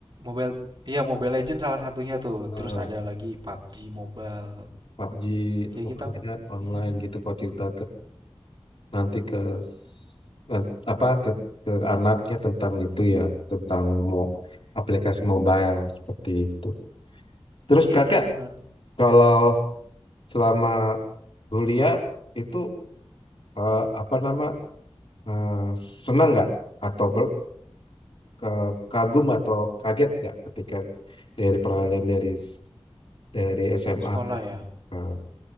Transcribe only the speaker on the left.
eh,
PUBG
pokoknya
online
gitu kalau cerita nanti ke s- nan- apa ke, ke anaknya tentang itu ya tentang mau aplikasi mobile seperti itu. Terus
kakak
kalau selama kuliah itu eh, apa nama eh, senang nggak atau ber- ke- kagum atau kaget nggak ketika dari
peralihan
dari s- dari SMA
ke
ke- eh,